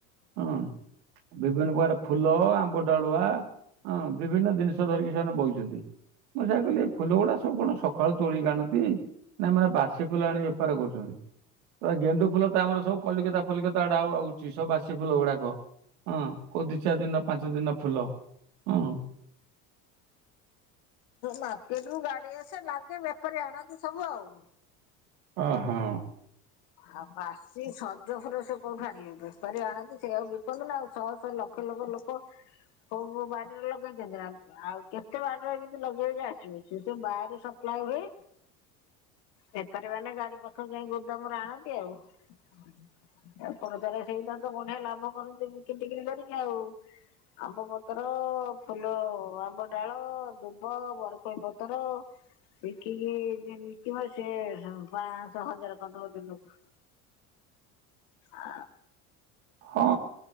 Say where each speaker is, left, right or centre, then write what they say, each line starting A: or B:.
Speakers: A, on the right; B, on the left.
A: ହୁଁ। ବିଭିନ୍ନ ପ୍ର ଫୁଲ ଆମ୍ବ ଡାଳୁଆ ବିଭିନ୍ନ ଜିନିଷ ଧରିକି ସେମାନେ ବଇଛନ୍ତି ମୁଁ ସେ ସେ ଫୁଲ ଗୁଡା ସବୁ କଣ ସକାଳୁ ତୋଳିିକି ଆଣନ୍ତି? ନାଇ ମାନେ ବାସି ଫୁଲ ଆଣି ବେପାର କରୁଛନ୍ତି। ତ ଗେଣ୍ଡୁ ଫୁଲ ତ ଆମର ସବୁ କଲିକତା ଫଲିକତା ଆଡା ଆଉ ଆଉଛି ସବ ବାସି ଫୁଲ ଗୁଡାକ ହଁ କୋଉ ଦି ଚାରି ଦିନ ପାଞ୍ଚ ଦିନ ଫୁଲ ହୁଁ।
B: ମାର୍କେଟ ରୁ ଗାଡି ଆସେ ଲାଗେ ବେପାରୀ ଆଣନ୍ତି ସବୁ ଆଉ।
A: ଅ ହଁ।
B: ଆଉ ବାସି ସଜ ଫୁଲ ସେ କୋଉଠି ଆଣିବେ? ବେପାରୀ ଆଣନ୍ତି ସେ ଆକୁ ବିକନ୍ତି ନା ଆଉ ଶହ ଶହ ଲକ୍ଷ ଲକ୍ଷ ଲୋକ କୋଉ ବାଡିରେ ଲଗେଇଛନ୍ତି ନା ଆଉ କେତେ ବାଡ଼ିରେ ଏମତି ଲଗେଇବେ ଆସିବ ସେ ତ ବାହରୁ ସପ୍ଲାାଇ ହୁଏ ବେପାରୀ ମାନେ ଗାଡି ପାଖରେ ଯାଇ ଗୋଦାମରେ ଆଣନ୍ତି। ଆଉପଦାର ସେଇଟା ତ ବଢିଆ ଲାଭ କରନ୍ତି ବିକିରି ଟିକରି କରିକି ଆଉ। ଆମ୍ବ ପତର, ଫୁଲ, ଆମ୍ବ ଡାଳ, ଦୁବ, ବରକୋଳି ପତର ବିକିକି ଯିଏ ବିକିବ ସିଏ ପାଆଶହ ହଜାର କରିଦବ ଦିନକୁ। ଆ।
A: ହଁ